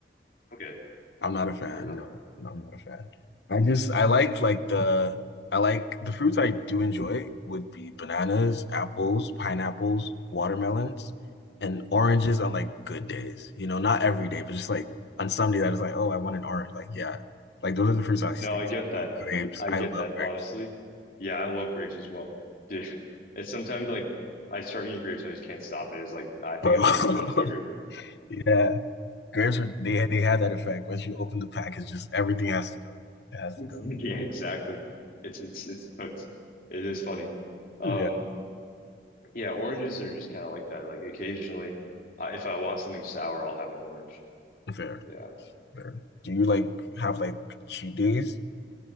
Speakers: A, on the left; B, on the left.
A: Okay,
B: I'm not a fan.
A: fair enough.
B: No, I'm not a fan. I just I like like the I like the fruits I do enjoy would be bananas, apples, pineapples, watermelons, and oranges on like good days. You know, not every day, but just like on some days I was like, oh, I want an orange. Like, yeah. Like those are the fruits I stick
A: No, I
B: to.
A: get that.
B: Grapes.
A: I
B: I
A: get
B: love
A: that,
B: grapes,
A: honestly. Yeah, I love grapes as well. Dude, <laughs> it's sometimes like I start eating grapes, I just can't stop it. It's like I think
B: bro.
A: I'm eating too much sugar.
B: <laughs>
A: <laughs>
B: Yeah. Grapes are they they have that effect. Once you open the package, just everything has to go. It has
A: Yeah,
B: to go.
A: exactly. It's it's it's cooked. It is funny. Um,
B: Yeah.
A: yeah, oranges are just kind of like that. Like occasionally, I if I want something sour, I'll have an orange.
B: Fair.
A: Yeah,
B: there? Do you like have like cheat days